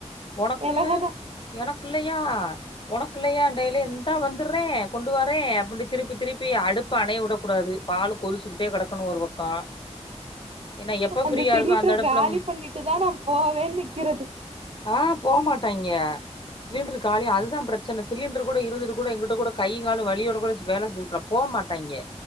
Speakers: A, on the left; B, on the right.
A: உனக்கு
B: எனக்குதா
A: எனக்கில்லையா உனக்கில்லையாண்டையிலே இந்தா வந்தறே கொண்டு வரே அப்டின்டு திருப்பி திருப்பி அடுப்ப அணைய விடக்கூடாது பாலு கொதிச்சுகிட்டே கெடக்கனு ஒரு பக்கோ ஏன்னா எப்ப ஃப்ரீயா
B: அந்த சிலிண்டர
A: இருக்கோ அந்த அடுப்புல
B: காலி பண்ணிட்டுதா நா போவேன்னு நிக்கிறது
A: ஆ போமாட்டாங்கிய சிலிண்டர் காலிய அதுதா பிரச்சன சிலிண்டர் கூட இருந்துட்டு கூட எங்கிட்டோ கூட கையு காலு வழியோட கூட வேல செஞ்சுட்டு இருக்குகோ போமாட்டாங்க